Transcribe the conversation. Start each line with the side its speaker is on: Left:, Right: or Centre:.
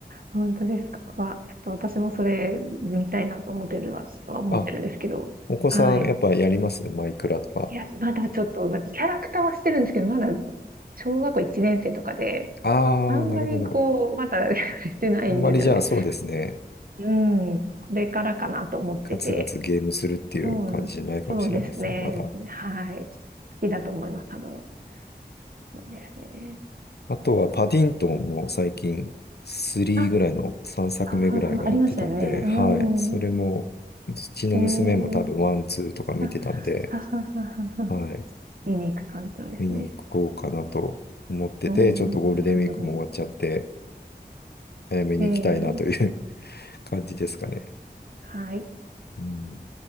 Right: 本当ですか。わちょっと私もそれ見たいなと思ってるは、ちょっとは思ってるんですけど。
Left: あ、お子さんやっぱやりますマイクラとか。
Right: はい。いや、まだちょっと、なんかキャラクターはしてるんですけど、まだ小学校1年生とかで、
Left: ああ、
Right: あんまりこう、
Left: なるほど。
Right: まだ <laughs> してないんですよね。
Left: あんまりじゃあそうですね。
Right: うん、これからかなと思ってて。
Left: ガツガツゲームするっていう感じじゃないかもしれないですね、
Right: そう、そうですね。
Left: まだ。
Right: はい。好きだと思います、多分。そうですね。
Left: あとはパディントンも最近3ぐらいの3作目ぐらいがやってたんで、
Right: あ、ははは、ありましたよね。う
Left: はい。それも、うちの娘も多分ワン、
Right: ん。えー、
Left: ツーとか見てたんで、
Right: あ、ははははは。
Left: はい。
Right: 見に行く感じなんですね。
Left: 見に行こうかなと思ってて、
Right: うん、
Left: ちょっとゴールデンウィークも終わっちゃって、
Right: なるほど。
Left: 早めに行きたいなという
Right: えー、
Left: <laughs> 感じですかね。
Right: はい。
Left: うん。